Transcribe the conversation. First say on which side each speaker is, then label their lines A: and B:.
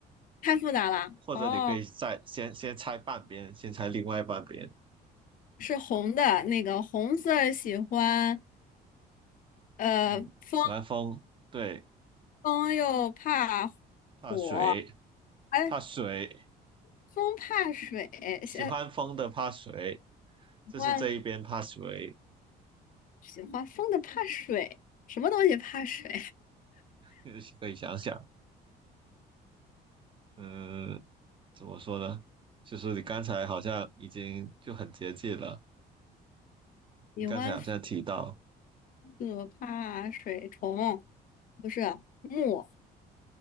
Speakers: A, on the left; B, on the right.
A: 太复杂了。
B: <laughs> 或者你可以再先先猜半边，
A: 哦，
B: 先猜另外半边。
A: 是红的，那个红色儿喜欢，呃，
B: 嗯，
A: 风
B: 喜欢风，对，
A: 风又怕
B: 怕水，
A: 火，哎，
B: 怕水，
A: 风怕水，
B: 喜欢风的怕水，
A: 喜
B: 就是这一边怕水，
A: 欢喜欢风的怕水，什么东西怕水？
B: <laughs> 可以想想，嗯，怎么说呢？就是你刚才好像已经就很接近了，
A: <laughs> 喜欢。
B: 你刚才好像提到。
A: 可怕水虫不是木